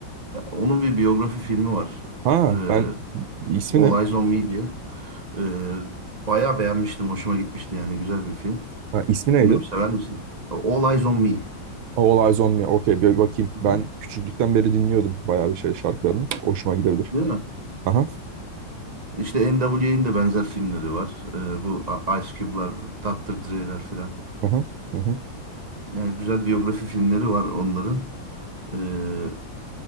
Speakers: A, on the right; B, on the right.
A: Ya, Onun bir biyografi filmi var.
B: Ha,
A: Ee,
B: ben ismi
A: All
B: ne?
A: Eyes on Me diye. Ee, bayağı beğenmiştim. Hoşuma gitmişti yani. Güzel bir film.
B: Ha, ismi neydi?
A: Bilmiyorum sever misin? All Eyes on Me.
B: Ha, All Eyes on Me. Okey, bir bakayım.
A: Hı hı.
B: Ben küçüklükten beri dinliyordum bayağı bir şey şarkılarını. Hoşuma gidebilir.
A: Değil mi?
B: Aha,
A: İşte NWA'nin de benzer filmleri var. Ee, bu A- Ice Cube'lar, Dr. Dre'ler filan.
B: aha, hı hı.
A: Yani güzel biyografi filmleri var onların. Ee,